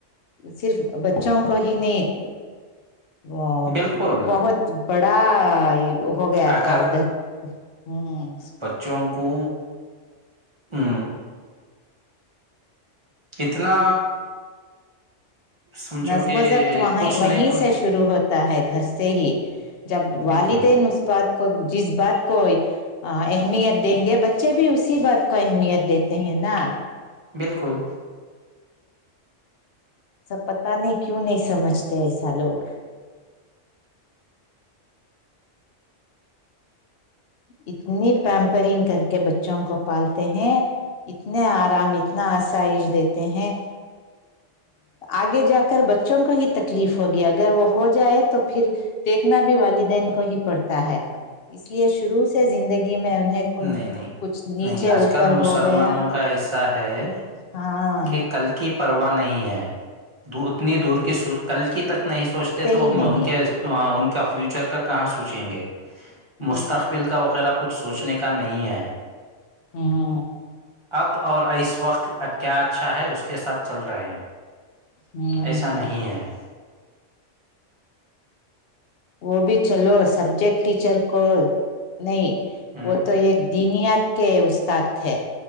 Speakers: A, on the left; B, on the right.
A: صرف بچوں کو ہی نیت ا
B: بالکل
A: بہت بڑا ہو گیا
B: اگر
A: تھا ادھر ہوں
B: چونکو او اتنا سمجھو
A: نظم
B: کہ
A: و ضبط وہیں
B: کچھ
A: وہیں
B: نہیں بول
A: سے شروع ہوت ہے گھر سے ہی جب
B: بالکل
A: والدین اس بات کو جس بات کو اہمیت دیں گے بچے بھی اسی بات کو اہمیت دیتے ہیں نا
B: بالکل
A: سب پتہ نہیں کیوں نہیں سمجھتے ایسا لوگ اتنی پیمپرنگ کر کے بچوں کو پالتے ہیں اتنے آرام اتنا آسائش دیتے ہیں آگے جا کر بچوں کو ہی تکلیف ہوگی اگر وہ ہو جائے تو پھر دیکھنا بھی والدین کو ہی پڑتا ہے اس لیے شروع سے زندگی میں انہیں
B: نہیں نہیں
A: کچھ نیچے
B: نہیں آج
A: اوپر
B: کل مسلمانوں
A: ہو گیا
B: کا ایسا ہے
A: ہاں
B: کہ کل کی پرواہ نہیں ہے اتنی دور کی سو کل کی تک نہیں سوچتے تو
A: ہی نہیں
B: ان کے ان کا فیوچر کا کہاں سوچیں گے
A: ہمم
B: تخبل کا وغیرہ کچھ سوچنے کا نہیں ہے
A: ہوں
B: اب اور اس وقت کیا اچھا ہے اس کے ساتھ چل رہے ہیں
A: ہوں
B: ایسا نہیں ہے
A: وہ بھی چلو سبجیکٹ ٹیچر کو نہیں
B: ہ
A: وہ تو ایک دینیات کے استاد تھے